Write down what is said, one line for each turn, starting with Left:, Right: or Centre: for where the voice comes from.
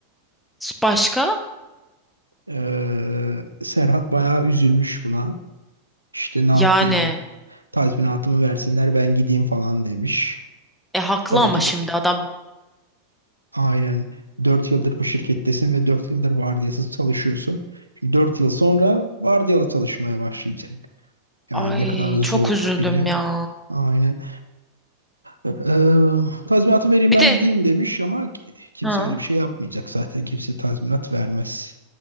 Centre: Başka?
Right: Ee, Serhat bayağı üzülmüş buna. İşte ne yapayım?
Centre: Yani.
Right: tazminatımı versinler ben gideyim falan demiş.
Centre: E haklı
Right: Tabii
Centre: ama
Right: ki
Centre: şimdi
Right: de
Centre: adam.
Right: aynen 4 yıldır bu şirkettesin ve 4 yıldır vardiyasız çalışıyorsun. Şimdi 4 yıl sonra vardiyalı çalışmaya başlayacak. Yani
Centre: Ay
Right: ne kadar zor
Centre: çok üzüldüm
Right: biliyorum.
Centre: ya.
Right: Aynen. Ee, tazminatı vereyim
Centre: Bir
Right: ben
Centre: de
Right: gideyim demiş ama ki- kimse
Centre: ha.
Right: öyle bir şey yapmayacak zaten. Kimse tazminat vermez.